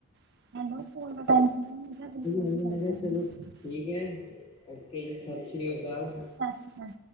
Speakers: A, on the right; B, on the left.
A: ਲੋ
B: ਹਾਂਜੀ ਮੈਂ ਕਿਹਾ ਚਲੋ ਠੀਕ ਐ ਜੀ। ਓਕੇੇ ਜ ਸਤਿ ਸ਼੍ਰੀ ਅਕਾਲ।
A: ਸਤਿ ਸ਼੍ਰੀ ਅਕਾਲ।